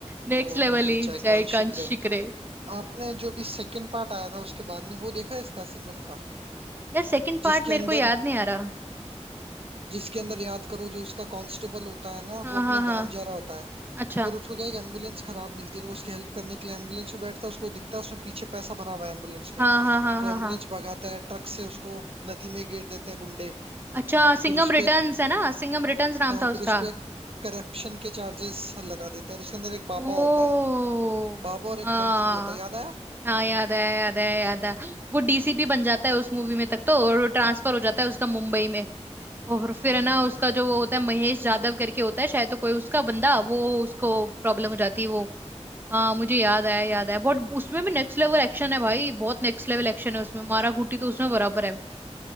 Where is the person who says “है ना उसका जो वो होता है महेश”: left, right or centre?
Right